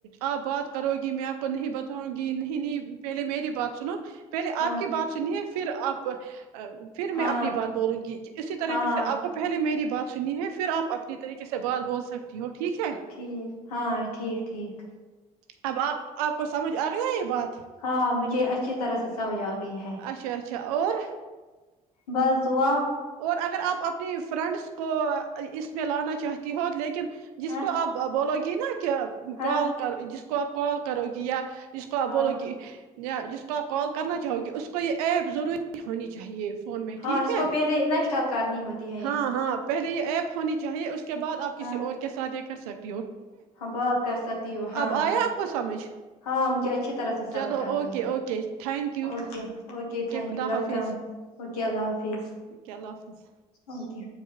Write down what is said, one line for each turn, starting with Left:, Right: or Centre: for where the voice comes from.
Right: آپ بات کرو گی میں آپ کو نہیں بتاؤں گی نہیں نہیں پہلے میری بات سنو پہلے
Left: ہاں
Right: آپ کی بات سنیے پھر آپ پھر میں
Left: ہاں
Right: اپنی بات بولوں گی اسی طریقے
Left: ہاں
Right: سے آپ کو پہلے میری بات سنی ہے پھر آپ اپنی طریقے سے بات بول سکتی ہو ٹھیک ہے
Left: ٹھیک ہاں ٹھیک ٹھیک
Right: اب آپ آپ کو سمجھ آ گیا یہ بات
Left: ہاں مجھے اچھی طرح سے سمجھ آ گئی ہے
Right: اچھا اچھا اور
Left: بس دعا
Right: اور اگر آپ اپنی فرینڈس کو اس میں لانا چاہتی ہو لیکن جس
Left: ہاں
Right: کو آپ بولو گے <inaudible> کہ
Left: ہاں
Right: کال کر ج کو آپ کال کرو گی یا اس کو
Left: ہاں
Right: بولو گی یا جس کو آپ کال کرنا چاہو گے اس کو یہ ایپ ضروری ہونی چاہیے فون میں
Left: ہاں
Right: ٹھیک
Left: اس
Right: ہے
Left: کو پہلے کرنی ہوتی ہے یہ
Right: ہاں ہاں پہلے یہ ایپ ہونی چاہیے اس کے بعد آپ کسی
Left: ہاں
Right: اور کے ساتھ یہ کسٹھ
Left: ہاں بات کر سکتی ہو ہاں
Right: اب آیا
Left: ہاں
Right: آپ کو سمجھ
Left: ہاں مجھے اچھی طرح سے
Right: چلو
Left: سمجھ آ
Right: okay
Left: گئی
Right: okay thank you
Left: okay okay thank
Right: خدا
Left: you ویلکم
Right: حافظ
Left: اوکے اللہ حافظ
Right: اوکے اللہ حافظ
Left: اوکے